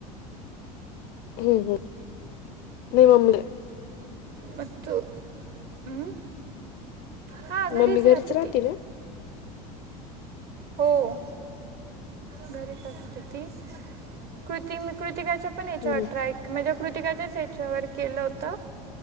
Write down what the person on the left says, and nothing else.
हम्म हम्म नवम
मम्मी घरीच
राहते ना
हम्म